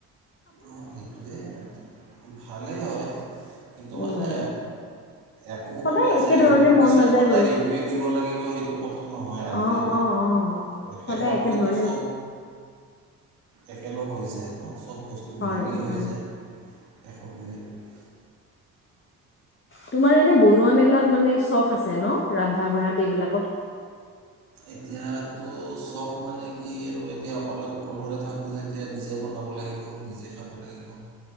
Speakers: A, on the right; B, on the left.
A: অঁ সেইটোৱে ভালেই হয় কিন্তু
B: উম
A: মানে একো
B: সদায়
A: মানে
B: একে
A: যে
B: ধৰণে
A: এইটোৰ
B: মন
A: পিছত
B: নাযায়
A: সদায়
B: বাৰু
A: এইটোৱে দিব লাগিব সেইটো কথা নহয় আলটি
B: অ অ অ
A: শেষত
B: সদায় একে
A: গৈতো
B: ধৰণে
A: চব একেলগ হৈ যায় ন চব মীহলি
B: হয়
A: হৈ
B: হয়
A: যায়। এশৈ <unintelligible>
B: তোমাৰ এনে বনোৱা মেলাত মানে চখ আছে ন? ৰন্ধা বঢ়াত এইবিলাকত
A: এতিয়াতো চখ মানে কি আৰু এতিয়া অকলে অকলশৰে থাকোঁ যেতিয়া নিজে বনাব লাগিব, নিজে খাব লাগিব,